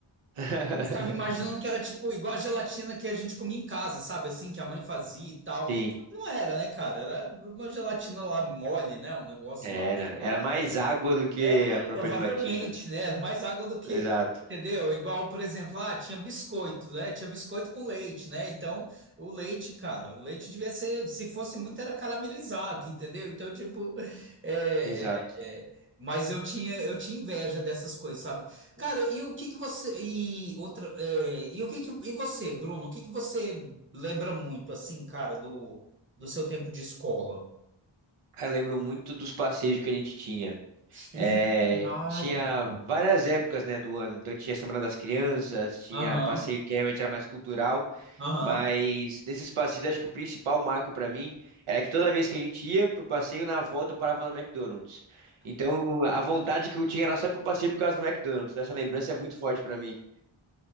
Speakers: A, on the right (about 85°); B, on the right (about 25°).
A: <laughs>
B: Eu ficava imaginando que era tipo igual a gelatina que a gente comia em casa, sabe? Assim, que a mãe fazia e tal.
A: Sim.
B: Não era, né, cara? Era uma gelatina lá mole, né? Um negócio
A: Era,
B: lá, sei lá,
A: era mais água do que
B: é,
A: a própria
B: provavelmente,
A: gelatina.
B: né? Era mais água do que,
A: Exato,
B: entendeu? Igual, por exemplo, ah, tinha biscoito, né? Tinha biscoito com leite, né? Então, o leite, cara, o leite devia ser, se fosse muito, era caramelizado, entendeu? Então, tipo, <laughs> é,
A: exato.
B: é, é, mas eu tinha, eu tinha inveja dessas coisas, sabe? Cara, e o que que você e outra, é, e o que que e você, Bruno, o que que você lembra muito assim, cara, do do seu tempo de escola?
A: Cara, eu lembro muito dos passeios que a gente tinha. É,
B: Ih, verdade.
A: tinha várias épocas, né, do ano. Então tinha Semana das Crianças, tinha
B: Aham,
A: passeio que realmente era mais cultural,
B: aham.
A: mas nesses passeios acho que o principal marco pra mim era que toda vez que a gente ia pro passeio, na volta eu parava no McDonald's. Então a vontade que eu tinha era só pro passeio por causa do McDonald's. Então, essa lembrança é muito forte pra mim.